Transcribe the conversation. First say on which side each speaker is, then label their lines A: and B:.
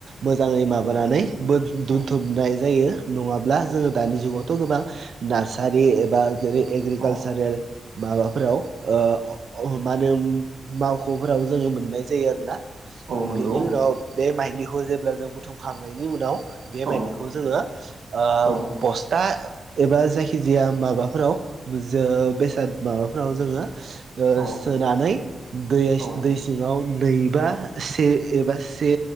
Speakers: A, on the right; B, on the right.
A: मोजाङै माबानानै बोन
B: औ
A: दोनथुमनाय जायो नङाब्ला
B: औ
A: जोङो दानि जुगाव थ' गोबां नार्सारि एबा जेरै एग्रिकालसारेल
B: औ
A: माबा फोराव ओ मा होनो मावख'फोराव जोङो मोननाय जायो आरो ना
B: औ नंगौ
A: बेनि उनाव बे माइलिखौ जे- ब्ला जों बुथुमखांनायनि उनाव बे
B: औ
A: माइलिखौ जोङो ओ
B: औ
A: बस्था एबा जायखिजाया माबाफोराव जो बेसाद माबाफोराव जोङो ओ
B: औ
A: सोनानै दै
B: औ
A: दै सिङाव नैबा से एबा से